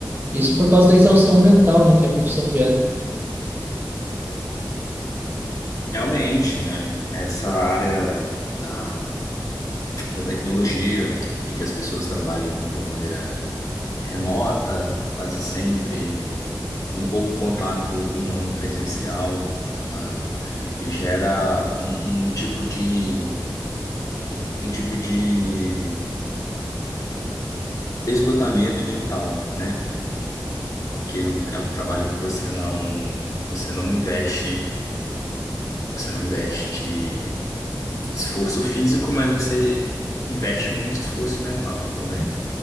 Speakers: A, on the right (about 25°); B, on the left (about 50°).
A: Isso por causa da exaustão mental, né, que a profissão gera.
B: Realmente, né? Essa área da, da tecnologia, em que as pessoas trabalham de uma maneira remota, quase sempre, com pouco contato humano presencial, ela gera um, um tipo de, um tipo de esgotamento mental, né? Porque é um trabalho que você não, você não investe, você não investe esforço físico, mas você investe muito esforço mental. Então, é